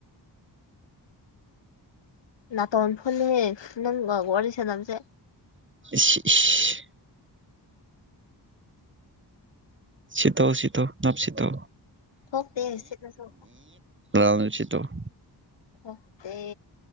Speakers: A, on the left; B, on the right.
A: ꯅꯥꯇꯣꯟ ꯐꯨꯜꯂꯦꯍꯦ ꯅꯪꯒ ꯋꯥꯔꯤ ꯁꯥꯟꯅꯕꯁꯦ
B: <unintelligible> ꯁꯤꯠꯇꯣ ꯁꯤꯠꯇꯣ ꯅꯞ ꯁꯤꯠꯇꯣ
A: ꯊꯣꯛꯇꯦ ꯁꯤꯠꯂꯁꯨ
B: ꯂꯥꯎꯅ ꯁꯤꯠꯇꯣ
A: ꯊꯣꯛꯇꯦ